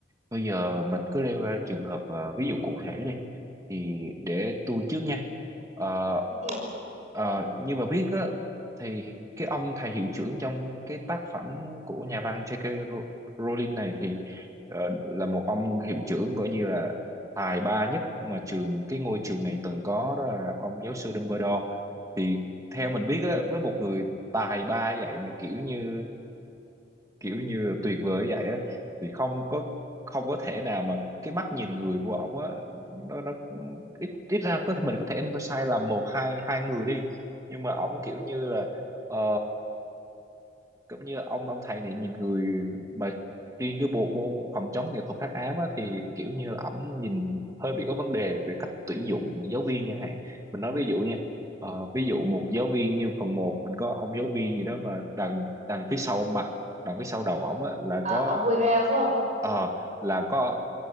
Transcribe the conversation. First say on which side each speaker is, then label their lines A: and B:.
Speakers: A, on the right; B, on the right.
A: Bây giờ mình cứ nêu ra trường hợp ờ, ví dụ cụ thể đi thì để tôi trước nha Ờ,
B: ok
A: ờ, như mà biết á thì cái ông thầy hiệu trưởng trong cái tác phẩm của nhà văn J.K. Row- Rowling này thì ờ, là một ông hiệu trưởng coi như là tài ba nhất mà trường cái ngôi trường này từng có đó là ông giáo sư Dumbledore thì theo mình biết á với một người tài ba vậy mà kiểu như kiểu như tuyệt vời vậy á thì không có không có thể nào mà cái mắt nhìn người của ổng á nó nó ít ít ra có thể mình có thể sai lầm một hai hai người đi nhưng mà ổng kiểu như là ờ, cũng như ông ông thầy này nhìn người mà riêng cái bộ môn phòng chống nghệ thuật hắc ám á, thì kiểu như là ổng nhìn hơi bị có vấn đề về cách tuyển dụng giáo viên chẳng hạn mình nói ví dụ nha ờ, ví dụ một giáo viên như phần một mình có ông giáo viên gì đó mà đằng đằng phía sau mặt đằng phía sau đầu ổng á là
B: Ờ,
A: có
B: ông Quirrell phải không
A: ờ là có